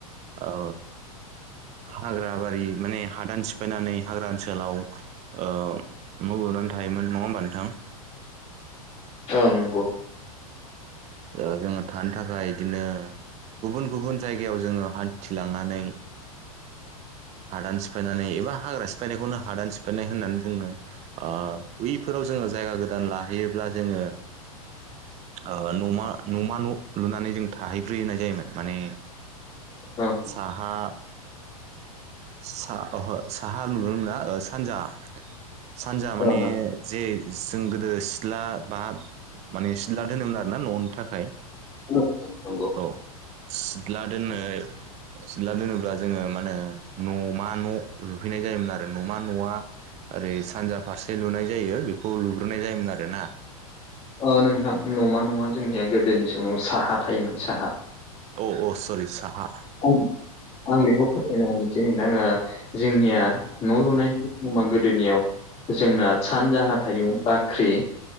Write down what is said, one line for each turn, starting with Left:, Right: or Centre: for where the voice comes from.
Right: आ हाग्रा बारि माने हादान सिफायनानै हाग्रा ओनसोलाव ओ न' लुनानै थायोमोन नङा होमबा नोंथां
Left: ओं नंगौ
Right: औ जोङो थानो थाखाय बिदिनो गुबुन गुबुन जायगायाव जोङो हान्थिलांनानै हादान सिफायनानै एबा हाग्रा सिफायनायखौनो हादान सिफायनाय होननानै बुङो बैफोराव जोङो जायगा गोदान लाहैयोब्ला जोङो ओह न'मा न'मा न' लुनानै जों थाहैग्रोनाय जायोमोन माने
Left: ओं
Right: साहा सा ओहो साहा लुनो मोना ओ सानजा सानजा माने
Left: ओं
Right: जे जों गोदो सिथ्ला बा माने सिथ्ला दोनोमोन आरोमोन ना न'नि थाखाय
Left: ओं नंगौ
Right: औ सिथ्ला दोनो सिथ्ला दोनोब्ला जोङो मा होनो न'मा न' लुफैनाय जायोमोन आरो न'मा न'आ ओरै सानजा फारसे लुनाय जायो बेखौ लुग्रोनाय जायोमोन आरोना
Left: ओ नोंथां न'मा नङा जोंनिआ गोदोनि समाव साहा थायोमोन साहा
Right: अ अ सरि साहा
Left: आं आं बेखौ फोरोमयना होनोसै नोंथां जोंनिआ न' लुनायनि नमा गोदोनिआव जोंना सानजाहा थायोमोन बाख्रि